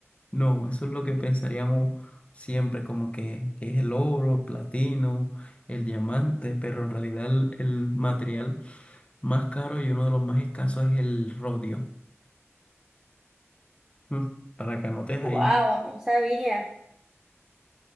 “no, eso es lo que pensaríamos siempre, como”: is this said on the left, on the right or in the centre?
Left